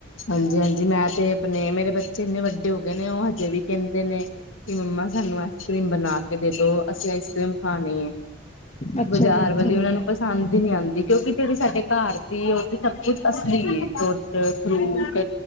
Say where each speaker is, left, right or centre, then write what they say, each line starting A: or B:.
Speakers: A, on the left (about 80°); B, on the left (about 35°).
A: ਹਾਂਜੀ-ਹਾਂਜੀ ਮੈਂ ਤੇ ਅਪਨੇ, ਮੇਰੇ ਬੱਚੇ ਏਨੇ ਵੱਡੇ ਹੋ ਗੇ ਨੇ ਓ ਹਜੇ ਵੀ ਕੇਂਦੇ ਨੇ ਕਿ ਮੰਮਾ ਸਾਨੂੰ ਐਸ ਕ੍ਰੀਮ ਬਨਾ ਕੇ ਦੇ ਦੋ ਅਸੀਂ ਆਈਸ ਕ੍ਰੀਮ ਖਾਣੀ ਏ।
B: ਅੱਛਾ
A: ਬਾਜਾਰ
B: ਜੀ ਅੱਛਾ
A: ਵਾਲੀ ਓਨਾ ਨੂੰ ਪਸ ਪਸੰਦ ਈ ਨੀ ਆਂਦੀ ਕੇਓਕੀ ਜੇੜੀ ਸਾਡੇ ਘਾਰ ਦੀ ਏ ਓ ਤੇ ਸਬ ਕੁਛ ਅਸਲੀ ਏ ਦੋਦ ਫ੍ਰੂਟ,